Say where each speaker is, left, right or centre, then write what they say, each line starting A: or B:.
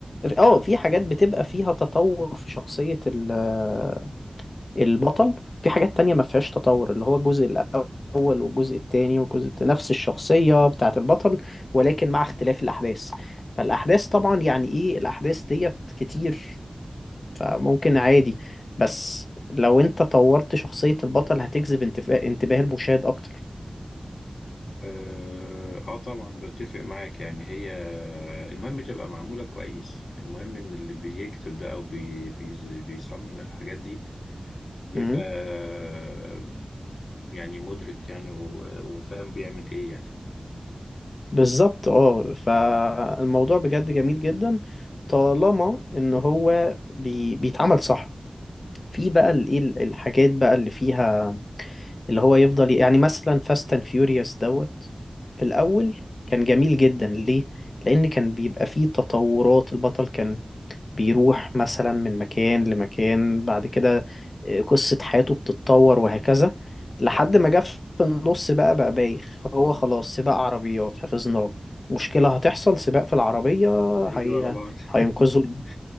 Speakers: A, on the left (about 60°); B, on the left (about 80°).
A: اه في حاجات بتبقى فيها تطور في شخصية ال- آه، البطل في حاجات تانية ما فيهاش تطور اللي هو الجزء الأول والجزء التاني والجزء الت- نفس الشخصية بتاعة البطل ولكن مع اختلاف الأحداث فالأحداث طبعا يعني ايه الأحداث ديت كتير فممكن عادي بس لو انت طورت شخصية البطل هتجذب انتفا- انتباه المشاهد اكتر
B: اه آه طبعا بتفق معاك يعني هي المهم تبقى معمولة كويس المهم ان اللي بيكتب ده او بي بي بيصمم الحاجات دي يبقى
A: امم
B: آه، يعني مدرك يعني و- وفاهم بيعمل ايه يعني
A: بالظبط اه فالموضوع بجد جميل جدا طالما ان هو بي... بيتعمل صح في بقى الايه الحاجات بقى اللي فيها اللي هو يفضل يعني مثلا فاست اند فيوريوس دوت في الاول كان جميل جدا ليه لان كان بيبقى فيه تطورات البطل كان بيروح مثلا من مكان لمكان بعد كده آه، قصة حياته بتتطور وهكذا لحد ما جه في النص بقى بقى بايخ هو خلاص سباق عربيات حفظناه مشكلة هتحصل سباق في العربية
B: هيجري
A: هي...
B: ورا بعض <laughs>
A: هينقذوا